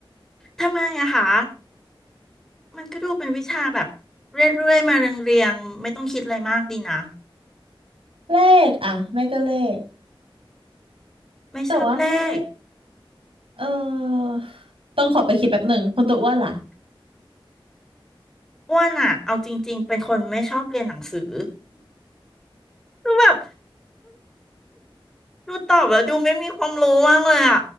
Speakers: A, in the centre; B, on the right (about 75°).
A: ทำไมอะคะมันก็ดูเป็นวิชาแบบเรื่อยๆมาเรียงๆไม่ต้องคิดอะไรมากดีนะ
B: เลขอะไม่ก็เลข
A: ไม่ชอบเลข
B: แต่ว่าไม่ได้ เออต้องขอไปคิดแป๊บหนึ่งคนตัวอ้วนล่ะ
A: อ้วนอะเอาจริงๆเป็นคนไม่ชอบเรียนหนังสือคือแบบ ดูตอบแล้วดูไม่มีความรู้มากเลยอ่ะ